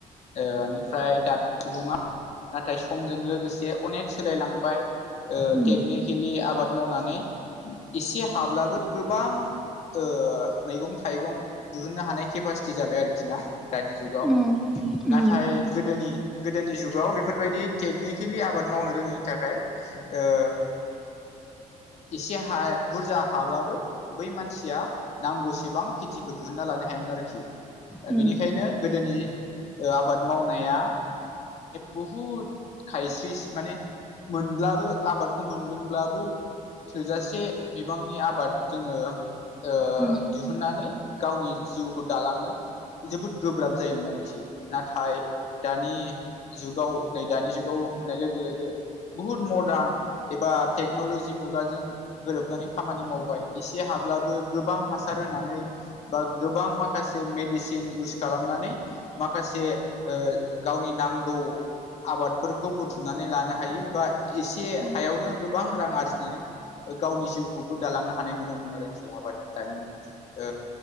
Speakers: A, on the left; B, in the centre.
A: ओ इनिफ्राय दानि सुबुङा नाथाय समजों लोगोसे अनेक सोलायलांबाय ओ
B: उम
A: टेकनिकेलि आबाद मावनानै इसे हाब्लाबो गोबां ओ मैगं थाइगं दिहुननो हानाय केपासिटि जाबाय आरोखि ना दानि जुगाव।
B: उम उम
A: नाथाय गोदोनि गोदोनि जुग जुगाव बेफोरबादि टेकनिकेलि आबाद मावनो रोङैनि थाखाय ओ इसे हा बुरजा हाब्लाबो बै मानसिया नांगौसेबां खेथिखौ दिहुनन्ना लानो हायामोन आरोखि। दा
B: उम
A: बेनिखायनो गोदोनि ओ आबाद मावनाया बुहुद खायस्रिस माने मोनब्लाबो आबादखौ मोनदोंब्लाबो थोजासे बिबांनि आबाद जोङो ओ
B: उम
A: दिहुननानै गावनि जिउखौ दालांनो जोबोद गोब्राब जायोमोन आरोखि नाथाय दानि जुगाव नै दानि जुगाव होननाय लोगो लोगो बुहुद मदार्न एबा टेक्नलजि मुगाजों गोरोबनानै खामानि मावबाय एसे हाब्लाबो गोबां हासार होनानै बा गोबां माखासे मेडिसिन इउस खालामनानै माखासे ओ गावनि नांगौ आबादफोरखौ बुथुमनानै लानो हायो एबा एसे
B: उम
A: हायावनो गोबां रां आरजिनानै गावनि जिउखौबो दालांनो हानाय नुनो मोनो आरोखि आबाद दानि ओ